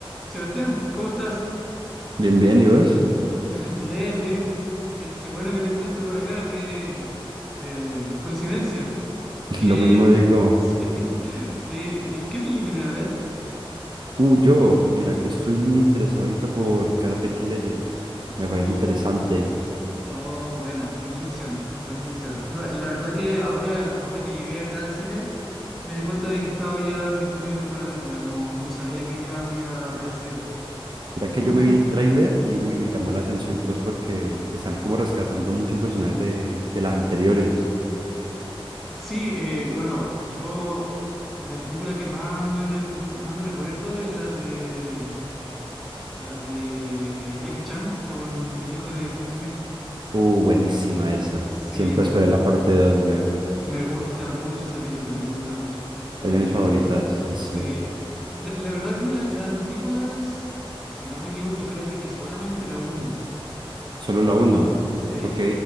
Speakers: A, in the centre; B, on the right.
A: Sebastián, ¿cómo estás?
B: Bien, bien, ¿y vos?
A: <laughs> Bien, bien. Qué, qué bueno que te encuentro por acá, qué eh, coincidencia. Qué,
B: Lo mismo digo.
A: <laughs> sí, sí. ¿Qué peli viene a ver?
B: Uh, yo, mira que estoy muy interesado ahorita por Karate Kid Legends. Me
A: Oh,
B: parece interesante.
A: oh, buena, buena elección, buena elección. No, la verdad que ahora, ahora que llegué acá al cine, me di cuenta de que estaba ya disponible para verla. No, no sabía que ya había aparecido.
B: Mira que
A: ¿Tú?
B: yo me vi el tráiler y uy, me llamó la atención pues porque están como rescatando muchos personajes de, de las anteriores.
A: Sí, eh, bueno, yo la película que más me, re- ma- más me recuerdo es la de la de eh, Jackie Chan con el hijo de Will Smith.
B: Uh, buenísima esa.
A: Sí,
B: Siempre
A: me
B: esperé
A: gus-
B: la parte 2, weón.
A: me gusta mucho esa película, me gusta mucho. Eh,
B: Es de mis favoritas, sí,
A: sí,
B: sí.
A: la, la verdad que la- las antiguas, si no me equivoco, creo que vi solamente la 1.
B: Solo la uno.
A: sí,
B: Ok,